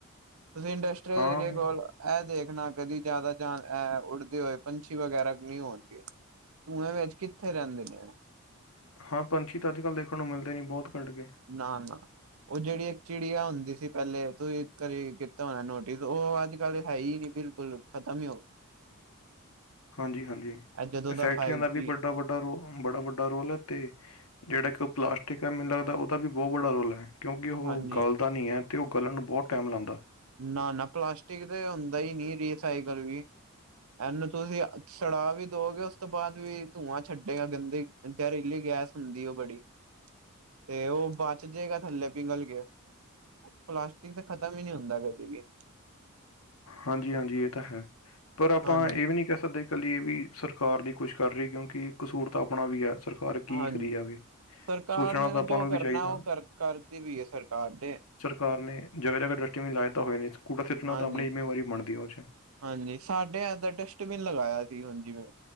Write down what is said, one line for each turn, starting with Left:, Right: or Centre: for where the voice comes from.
Right: ਤੁਸੀਂ ਇੰਡਸਟਰੀਅਲ
Left: ਹਾਂ
Right: ਏਰੀਏ ਕੋਲ ਐ ਦੇਖਣਾ ਕਦੀ ਜ਼ਿਆਦਾ ਜਾ ਉੱਡਦੇ ਹੋਏ ਪੰਛੀ ਵਗੈਰਾ ਨਹੀਂ ਹੋਣਗੇ। ਧੂੰਏ ਵਿੱਚ ਕਿੱਥੇ ਰਹਿੰਦੇ ਨੇ ਓ।
Left: ਹਾਂ ਪੰਛੀ ਤਾਂ ਅੱਜ ਕੱਲ੍ਹ ਦੇਖਣ ਨੂੰ ਮਿਲਦੇ ਨਹੀਂ ਬਹੁਤ ਘੱਟ ਗਏ।
Right: ਨਾ, ਨਾ ਉਹ ਜਿਹੜੀ ਇੱਕ ਚਿੜੀਆ ਹੁੰਦੀ ਸੀ। ਪਹਿਲੇ ਤੁਸੀਂ ਘਰੇ ਕੀਤਾ ਹੋਣਾ ਨੋਟਿਸ ਉਹ ਅੱਜ ਕੱਲ ਹੈਈ ਨੀ ਬਿਲਕੁਲ ਬਿਲਕੁਲ ਖਤਮ ਹੀ ਹੋਗੀ
Left: ਹਾਂਜੀ, ਹਾਂਜੀ
Right: ਗਿਆ ਜਦੋਂ
Left: ਫੈਕਟਰਿਆਂ
Right: ਫਾਈਵ
Left: ਦਾ ਵੀ
Right: ਜੀ
Left: ਵੱਡਾ, ਵੱਡਾ ਰੋਲ ਬੜਾ ਵੱਡਾ ਰੋਲ ਐ ਤੇ ਜਿਹੜਾ ਇੱਕ ਉਹ ਪਲਾਸਟਿਕ ਐ ਮੈਨੂੰ ਲੱਗਦਾ ਉਹਦਾ ਵੀ ਬਹੁਤ ਬੱੜਾ ਰੋਲ ਐ। ਕਿਉਂਕਿ ਉਹ
Right: ਹਾਂਜੀ
Left: ਗੱਲ ਦਾ ਨਹੀਂ ਐ ਤੇ ਉਹ ਗਲਣ ਨੂੰ ਬਹੁਤ ਟਾਈਮ ਲਾਂਦਾ।
Right: ਨਾ ਨਾ ਪਲਾਸਟਿਕ ਤੇ ਹੁੰਦਾ ਹੀ ਨੀ ਰੀਸਾਈਕਲ ਵੀ ਇਹਨੂੰ ਤੁਸੀਂ ਛੁੜਾਅ ਵੀ ਦੋਗੇ ਉਸ ਤੋਂ ਬਾਅਦ ਵੀ ਧੂੰਆਂ ਛੱਡੇਗਾ ਗੰਦੀ ਜਹਿਰੀਲੀ ਗੈਸ ਹੁੰਦੀ ਉਹ ਬੜੀ
Left: <unintelligible>
Right: ਤੇ ਉਹ ਬਚ ਜੇਗਾ ਥੱਲੇ ਪਿੰਘਲ ਕੇ ਪਲਾਸਟਿਕ ਤੇ ਖਤਮ ਹੀ ਨੀ ਹੁੰਦਾ। ਕਦੀ ਵੀ।
Left: ਹਾਂਜੀ, ਹਾਂਜੀ ਇਹ ਤਾਂ ਹੈ ਪਰ ਆਪਾਂ
Right: ਹਾਂਜੀ
Left: ਇਹ ਵੀ ਨੀ ਕਹਿ ਸਕਦੇ। ਕੱਲੀ ਏ ਵੀ ਸਰਕਾਰ ਨੀ ਕੁਛ ਕਰ ਰਹੀ ਕਿਉਂਕਿ ਕਸੂਰ ਤਾ ਆਪਣਾ ਵੀ ਐ ਸਰਕਾਰ ਕੀ
Right: ਹਾਂਜੀ
Left: ਕਰੀ ਜਾਵੇ।
Right: ਸਰਕਾਰ
Left: ਸੋਚਣਾ
Right: ਨੇ ਤਾਂ
Left: ਆਪਾਂ
Right: ਜੋ
Left: ਨੂੰ ਵੀ
Right: ਕਰਨਾ
Left: ਚਾਹੀਦਾ।
Right: ਉਹ ਕਰ ਕਰਦੀ ਵੀ ਐ ਸਰਕਾਰ ਤੇ
Left: ਸਰਕਾਰ ਨੇ ਜਗ੍ਹਾ, ਜਗ੍ਹਾ ਡਸਟਬਿਨ ਲਾਏ ਤਾਂ ਹੋਏ ਨੇ ਕੂੜਾ ਸੁੱਟਨਾ
Right: ਹਾਂਜੀ
Left: ਤਾਂ ਆਪਣੀ ਜਿੰਮੇਵਾਰੀ ਬਣਦੀ ਐ ਓ ਚ
Right: ਹਾਂਜੀ ਸਾਡੇ ਇਦਰ ਡਸਟਬਿਨ ਲਗਾਇਆ ਸੀ ਹੁਣ ਜਿਵੇਂ